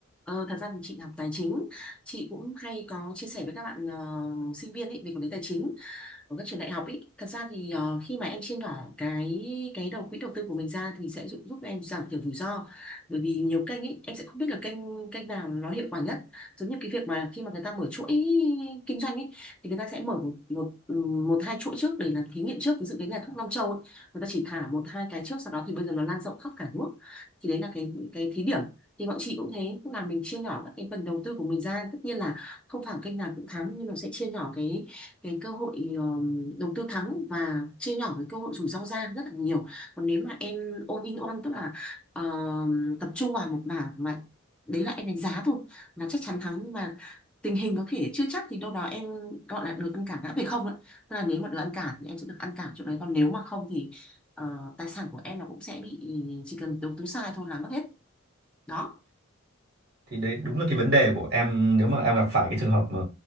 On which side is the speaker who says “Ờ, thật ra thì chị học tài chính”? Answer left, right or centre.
Centre